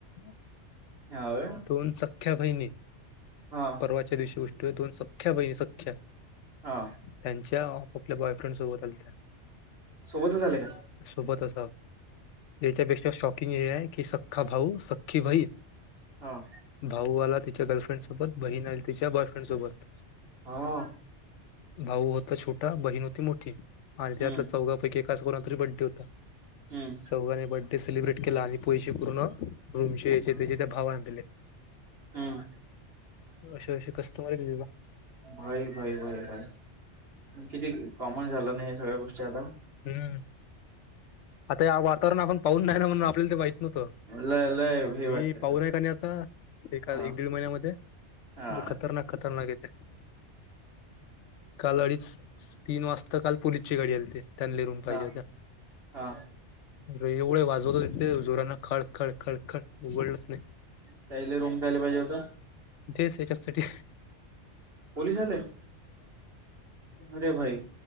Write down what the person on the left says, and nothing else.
<unintelligible>
दोन सख्या बहिणी.
परवाच्या दिवशी गोष्टी दोन सख्या बहिणी सख्या
त्यांच्या आपापल्या बॉयफ्रेंड सोबत आल्या त्या
सोबत अस याच्या पेक्षा शॉकिंग हे आहे की सखा भाऊ सखी बाई
भाऊ आला तिच्या गर्लफ्रेंडसोबत बहीण आली तिच्या बॉयफ्रेंडसोबत
भाऊ होता छोटा बहीण होती मोठी आणि
त्यातला चौगा पैकी एकाच कोणाचा तरी बड्डे होता
चौघाने बर्डे सेलिब्रेट केला आणि पैसे पूर्ण रूमचे याचे
त्याचे त्या भावाने दिले.
अशे अशे कस्टमर <unintelligible>
हम्म आता या वातावरण आपण पाहून नाही ना म्हणून आपल्याला ती बाई. नोतो
मी
पावर
आहे कनी आता एका
एक दीड महिन्यामध्ये.
खतरनाक खतरनाक येते. काल अडीच तीन वाजता काल पोलीस ची गाडी आलीती. त्यांले रूम पाहिजे
होत्या.
अरे एवढे वाजवतो तिथे जोरान खड खड खड खड उघडलंच नाही.
देस हेच्यासाठी.